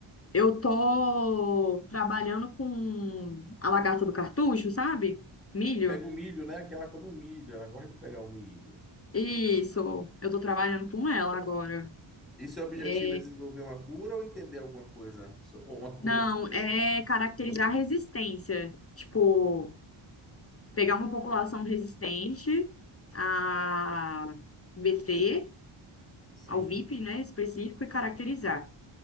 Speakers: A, on the left; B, in the centre.
A: eu tô trabalhando com a lagarta do cartucho, sabe? Milho.
B: Pega o milho, né? Aquela come o milho, ela gosta de pegar o milho.
A: Isso, eu tô trabalhando com ela agora.
B: E seu objetivo
A: É,
B: é desenvolver uma cura ou entender alguma coisa? So- Ou uma
A: não,
B: cura, desculpa,
A: é
B: algum tipo
A: caracterizar
B: de controle?
A: a resistência. Tipo, pegar uma população resistente a BT,
B: Sim.
A: ao VIP, né, específico e caracterizar.